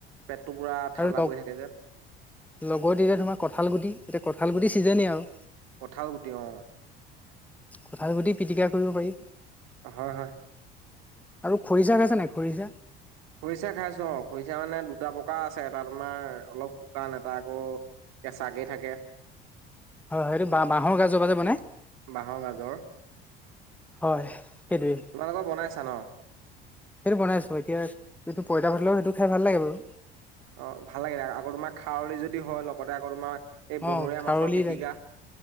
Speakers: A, on the right; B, in the centre.
A: পেটটো পুৰা ঠাণ্ডা
B: আৰু লগ
A: পৰি থাকে যে
B: লগত এতিয়া তোমাৰ কঁঠাল গুটি এতিয়া কঁঠাল গুটি ছিজনেই আৰু
A: কঠও গোটেই অ
B: কোঠাৰ গ পিটিকা কৰিব পাৰি
A: হয় হয়
B: আৰু খৰিচা খাইছে নাই খৰিচা
A: খৰিচা খাইছো অ খৰিচা মানে দুটা প্ৰকাৰ আছে এটা তোমাৰ অলপ শুকান এটা আকৌ কেঁচাকেই থাকে।
B: হয় সেইটো বা বাঁহৰ গাজৰ পৰা বনাই।
A: বাঁহৰ গাজৰ।
B: হয় সেইটোৱে।
A: তোমালোকৰ বনাইছা ন!
B: সেইটো বনাইছোঁ এতিয়া কিন্তটো পইতা ভাতৰ লগত সেইটো খাই ভাল লাগে বাৰু।
A: অ ভাল লাগিলে আকৌ তোমাৰ খাৰলি যদি হয় লগতে আকৌ তোমাৰ। এই
B: অ
A: বনৰীয়া
B: খাৰলি
A: মাছৰ পিটিকা।
B: লাগে